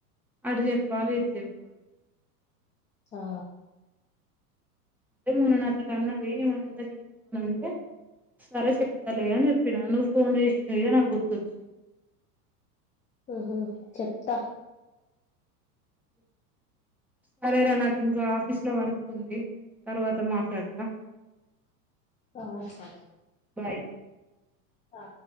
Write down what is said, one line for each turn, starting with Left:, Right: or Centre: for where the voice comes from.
Centre: అడు జెప్పాలి ఇది జప్పాలి
Left: ఆ
Centre: అదే మొన్న నాతోటి అన్నది మౌనిక చెప్పుకోని అంటే సర చెప్ తలే అని చెప్పిన నువ్ ఫోన్ చేసిన ఇగ నా గుర్తచ్చే
Left: ఆహా చెప్తా
Centre: స సరేరా నాకు ఇంకా ఆఫీస్ లో వర్క్ ంది తర్వాత మాట్లాడతా
Left: ఆ సరే
Centre: బాయ్
Left: ఆ